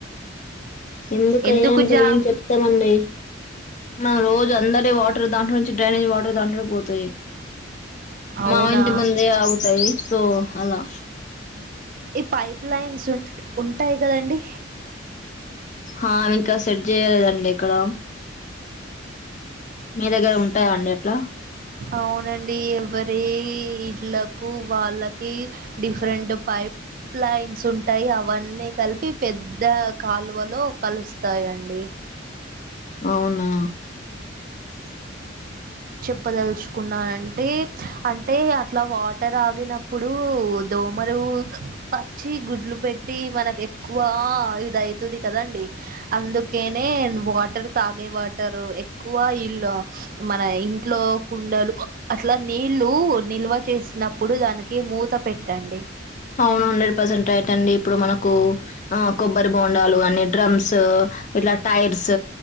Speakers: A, on the left (about 40°); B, on the right (about 45°).
A: ఎందుకయ్యే
B: ఎందుకు
A: అంటే,
B: జామ్
A: ఏం చెప్తామండి. మనం రోజు <unintelligible> అందరి వాటర్, దాంట్లో నుంచి డ్రైనేజ్ వాటర్, దాంట్లోనే పోతాయి.
B: అవునా
A: మా ఇంటి ముందే ఆగుతాయి, సో అలా.
B: ఈ పైప్ లైన్స్ ఉన్, ఉంటాయి కదండి.
A: హా ఇంకా సెట్ చేయ్యలేదండి ఇక్కడ. మీ దగ్గర ఉంటాయా అండి అట్లా.
B: అవునండి ఎవరి ఇండ్లకు వాళ్ళకి డిఫరెంట్ పైప్ ప్లైన్స్ ఉంటయ్ అవన్నీ కల్పి పెద్ద కాలువలో కలుస్తాయండి <inaudible>
A: అవునా
B: చెప్పదలుచుకున్నానుంటే అంటే అట్లా వాటర్ ఆగినప్పుడు దోమలు వచ్చి గుడ్లు పెట్టి మనకు ఎక్కువ ఇదయితుంది కదండి అందుకేనే వాటర్ తాగే వారు ఎక్ ఎక్కువ ఇల్లు మన ఇంట్లో కుండలు అట్లా నీళ్ళు నిల్వ చేస్ న్నప్పుడు దానికి మూత పెట్టండి
A: అవును హండ్రెడ్ పర్సెంట్ రైట్ అండి ఇప్పుడు మనకు ఆ కొబ్బరి బోండాలు కాని డ్రమ్స్ ఇట్లా టైర్స్